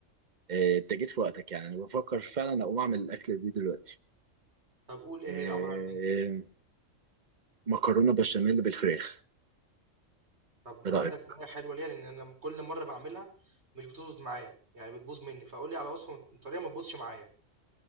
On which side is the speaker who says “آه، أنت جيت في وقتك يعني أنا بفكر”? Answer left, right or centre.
Right